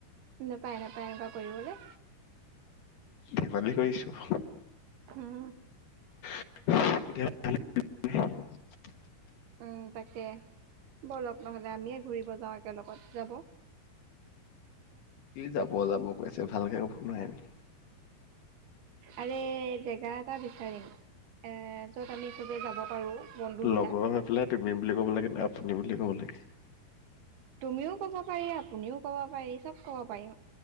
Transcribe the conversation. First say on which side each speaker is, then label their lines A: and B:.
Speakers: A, on the right; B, on the left.
A: নাপায়, নাপায়, এনেকুৱা কৰিবলৈ।
B: ধেমালী কৰিছো।
A: উম।
B: কেতিয়াবা ভাল লাগে ধেমালি কৰি।
A: উম' তাকে। ব'লক নহ'লে আমিয়ে ঘূৰিব যাওঁ একেলগত যাব?
B: কি' যাব, যাব কৈছা ভালকে কব নোৱাৰা নেকি।
A: আৰে' জেগা এটা বিচাৰিম এ' য'ত আমি চবেই যাব- পাৰো বন্ধু বিলাক
B: লগৰ হৈ পেলাই, তুমি বুলি ক'ব লাগে নেকি? আপুনি বুলি ক'ব লাগে।
A: তুমিওঁ কব পাৰি, আপুনিও কব পাৰি, চব কব পাৰিম।